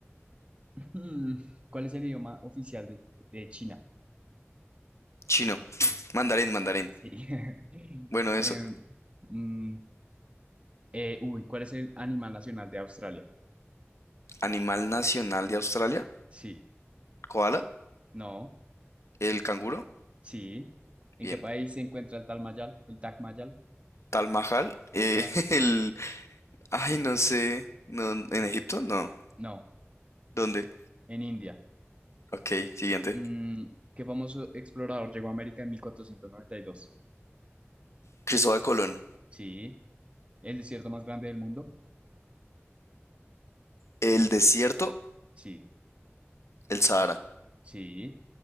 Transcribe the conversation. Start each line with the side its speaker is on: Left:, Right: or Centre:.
Right: <laughs> Hmm, ¿Cuál es el idioma oficial de, de China?
Left: Chino. Mandarín, mandarín.
Right: Sí. <laughs>
Left: Bueno, eso.
Right: Eh, mm, eh, uy, ¿cuál es el animal nacional de Australia?
Left: Animal nacional de Australia.
Right: Sí.
Left: Koala.
Right: No.
Left: El canguro.
Right: Sí. ¿En
Left: Bien.
Right: qué país se encuentra el Tal Mayal? ¿El Taj Mahal?
Left: Tal Mahal. eh,
Right: Ya.
Left: <laughs> el... Ay, no sé. No, ¿en Egipto? No.
Right: No.
Left: ¿Dónde?
Right: En India.
Left: Ok, siguiente.
Right: Mm, ¿qué famoso explorador llegó a América en mil cuatrocientos noventa y dos
Left: Cristóbal Colón.
Right: Sí. ¿El desierto más grande del mundo?
Left: El desierto.
Right: Sí,
Left: El Sahara.
Right: sí.